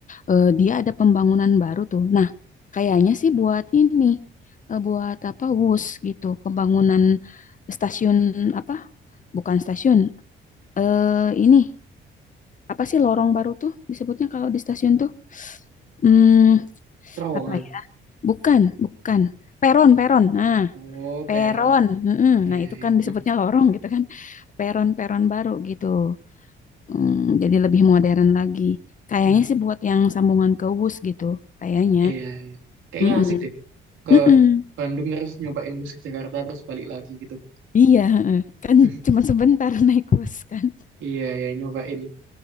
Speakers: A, on the left; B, on the right.
A: eh, dia ada pembangunan baru tuh. Nah, kayaknya sih buat ini eh, buat apa WUS gitu, pembangunan stasiun apa? Bukan stasiun. Eh ini apa sih lorong baru tuh disebutnya kalau di stasiun tuh? Hmm,
B: Terowongan.
A: apa ya? Bukan, bukan. Peron, peron. Nah,
B: Oh,
A: peron.
B: peron.
A: Mm-mm.
B: Iya
A: Nah, itu
B: iya.
A: kan disebutnya lorong gitu kan. Peron-peron baru gitu. Hmm, jadi lebih modern lagi. Kayaknya
B: Mm.
A: sih buat yang sambungan ke WUS gitu. Kayaknya.
B: Iya, iya. Kayaknya
A: Mm-mm.
B: asik deh. Ke
A: Mm-mm.
B: Bandung terus nyobain bus ke Jakarta terus balik lagi gitu. <clears throat>
A: Iya, heeh. Kan
B: <laughs>
A: cuma sebentar <laughs> naik bus kan.
B: Iya, ya nyobain